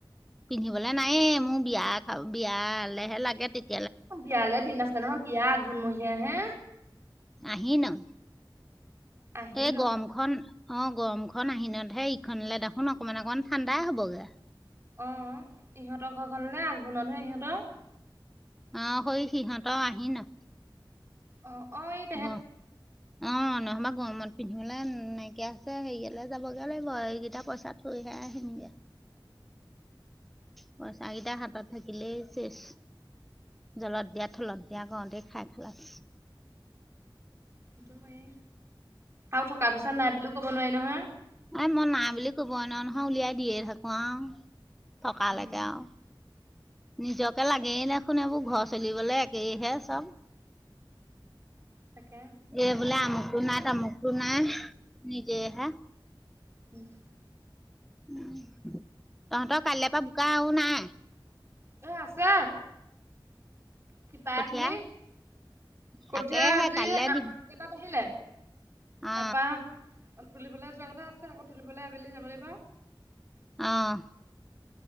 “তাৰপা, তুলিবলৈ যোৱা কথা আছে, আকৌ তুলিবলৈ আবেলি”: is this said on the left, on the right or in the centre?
Right